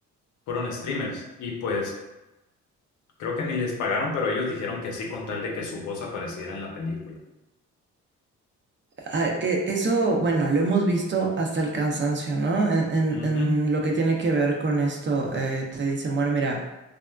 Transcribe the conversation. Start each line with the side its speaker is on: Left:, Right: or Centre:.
Left: fueron streamers, y pues creo que ni les pagaron, pero ellos dijeron que sí con tal de que su voz apareciera en la película.
Right: Ah, e- Eso, bueno, lo hemos visto hasta el cansancio, ¿no? En, en-
Left: Ujú,
Right: en lo que tiene que ver con esto, eh, te dicen, bueno, mira,